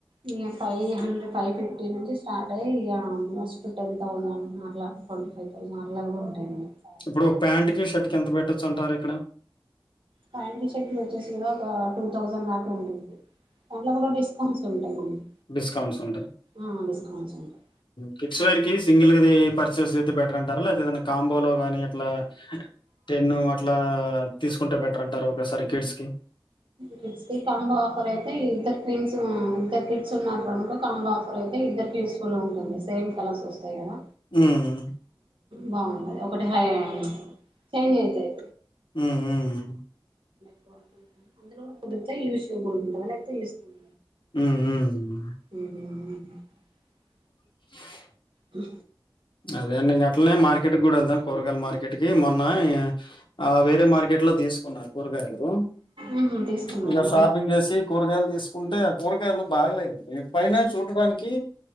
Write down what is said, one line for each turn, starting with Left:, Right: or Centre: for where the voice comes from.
Right: ఇగ ఫైవ్ హండ్రెడ్ ఫైవ్ ఫిఫ్టీ నుంచి స్టార్ట్ అయి ఇగ మస్ట్ టెన్ థౌజండ్ అట్లా ట్వంటీ ఫైవ్ థౌజండ్ అట్లా కూడా ఉంటాయి మనకి శారీస్
Left: ఇప్పుడు ఒక ప్యాంట్
Right: అకేషన్
Left: కి షర్ట్ కి ఎంత పెట్టొచ్చు అంటారు ఇక్కడ
Right: ప్యాంట్లు, షర్ట్లు వచ్చేసి గుడా ఒక టూ థౌజండ్ దాకా ఉంటుంది. దాంట్లో కూడా డిస్కౌంట్స్ ఉంటాయి మనకి
Left: డిస్కౌంట్స్ ఉంటాయి.
Right: ఆ డిస్కౌంట్స్ ఉంటాయి
Left: కిడ్స్ వేర్ కీస్ సింగిల్గ ఇది పర్చేస్ చేస్తే బెటర్ అంటారా లేక ఏదన్న కాంబోలో గానీ అట్లా టెన్ అట్లా తీస్కుంటే బెటర్ అంటారా ఒకేసారి కిడ్స్కి
Right: కిడ్స్కి కాంబో ఆఫర్ అయితే ఇద్దరు క్వీన్స్ ఇద్దరు కిడ్స్ ఉన్నారనుకో కాంబో ఆఫర్ అయితే ఇద్దర్కి యూస్ఫుల్ ఉంటుంది. సేమ్ కలర్స్ వస్తాయి కదా
Left: మ్
Right: బాగుంటది ఒకటి హై చేంజ్ అయితయి
Left: మ్ మ్
Right: <inaudible> అందులో కూడా కుదుర్తే ఇవి షో బోర్డ్ల ఉంటద లే చేస్తున్న
Left: మ్ మ్
Right: <unintelligible>
Left: <unintelligible>
Right: హు
Left: అదే నేన్ గట్లనే మార్కెట్ గుడా వెళ్దాం కూరగాయల మార్కెట్కి మొన్న ఆ వేరే మార్కెట్లో తీస్ కోన కూరగాయలు
Right: ఉహు తీసుకున్నారా
Left: ఇగా షాపింగ్ చేసి కూరగాయలు తీసుకుంటే ఆ కూరగాయలు బాగలేదండి పైన చూడడానికి